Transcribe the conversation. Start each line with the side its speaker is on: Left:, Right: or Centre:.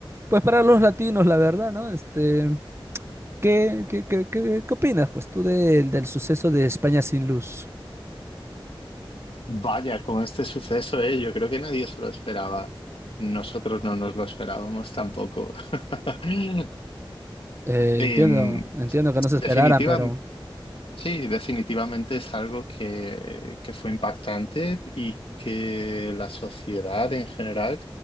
Right: pues para los latinos, la verdad, ¿no? Este... ¿Qué, qué, qué, qué- qué opinas, pues, tú del, del suceso de España sin luz?
Left: Vaya, con este suceso, eh, yo creo que nadie se lo esperaba. Nosotros no nos lo esperábamos tampoco. <laughs>
Right: Eh,
Left: Em,
Right: entiendo, entiendo que no se
Left: definitiva,
Right: esperaran, pero...
Left: sí, definitivamente es algo que, que fue impactante y que la sociedad en general